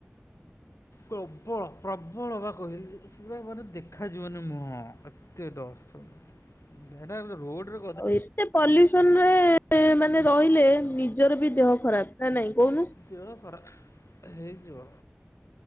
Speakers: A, on the left; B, on the left.
A: ପ୍ରବଳ ପ୍ରବଳ ବା କହିଲି ପୁରା ମାନେ ଦେଖାଯିବନି ମୁହଁ ଏତେ ଡଷ୍ଟ ସେଟା ହେଲେ ରୋଡ଼ ରେ
B: ଆଉ ଏତେ ପଲୁ ରେ ମାନେ ରହିଲେ ନିଜର ବି ଦେହ ଖରାପ ନାଇ ନାଇଁ କହୁନୁ
A: ଦେହ ଖରାପ ହେଇଯିବ